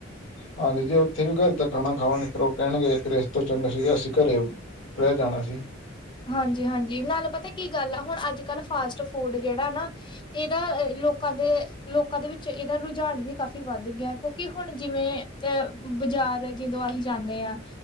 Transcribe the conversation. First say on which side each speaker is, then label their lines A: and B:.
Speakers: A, on the left; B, on the left.
A: ਹਾਂਜੀ ਜੀ ਓਥੇ ਵੀ ਘੱਰ ਦਾ ਖਾਣਾ ਖਾਵਾਂਗੇ ਫੇਰ ਓ ਕਹਿਣਗੇ ਫੇਰ ਏਸ ਤੋਂ ਚੰਗਾ ਸੀਗਾ ਅਸੀਂ ਘੱਰੇ ਰੈ ਜਾਣਾ ਸੀ।
B: ਹਾਂਜੀ-ਹਾਂਜੀ ਨਾਲ ਪਤਾ ਕੀ ਗੱਲ ਆ ਹੁਣ ਅੱਜ-ਕੱਲ ਫਾਸਟ ਫੂਡ ਜੇੜਾ ਨਾ ਏਦਾ ਲੋਕਾਂ ਦੇ ਲੋਕਾਂ ਦੇ ਵਿੱਚ ਏਦਾ ਰੁਝਾਨ ਵੀ ਕਾਫ਼ੀ ਵੱਧ ਗਯਾ ਕਿਉਂਕਿ ਹੁਣ ਜਿਵੇਂ ਤੇ ਬਜ਼ਾਰ ਜਦੋਂ ਅਸੀਂ ਜਾਂਣੇ ਆ-